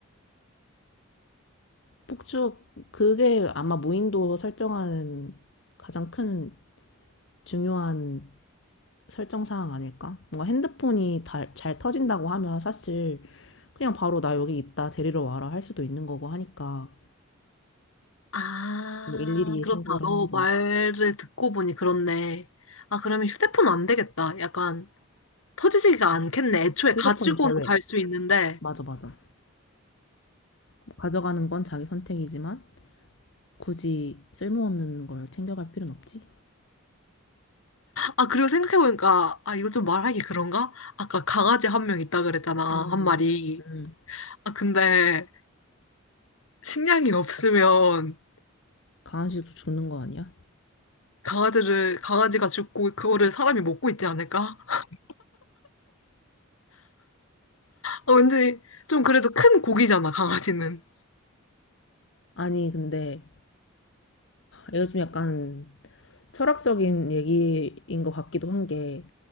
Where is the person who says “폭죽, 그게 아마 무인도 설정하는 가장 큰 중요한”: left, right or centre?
Left